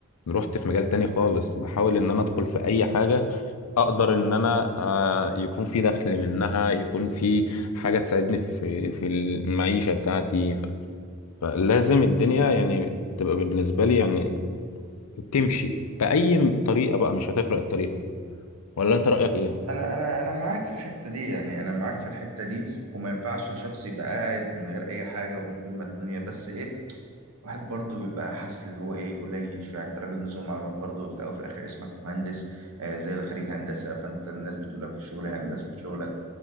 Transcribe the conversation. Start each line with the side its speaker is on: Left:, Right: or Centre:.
Left: رحت في مجال تاني خالص بحاول ان انا ادخل في اي حاجه اقدر ان انا آه، يكون في دخل منها يكون في حاجه تساعدني في في المعيشه بتاعتي ف- فلازم الدنيا يعني تبقى بالنسبه لي يعني تمشي باي طريقه بقى مش هتفرق الطريقه ولا انت رايك ايه
Right: انا انا انا معاك في الحته دي يعني انا معاك في الحته دي وما ينفعش الشخص يبقى قاعد من غير اي حاجه ومن غير ما الدنيا بس ايه واحد برضه بيبقى حاسس اللي هو ايه قليل شويه يعني انت راجل نظم معلومات برضه في الاول وفي الاخر اسمك مهندس آه زي اللي خريج هندسه فانت الناس بتقول لك في الشغل هندسه في شغلك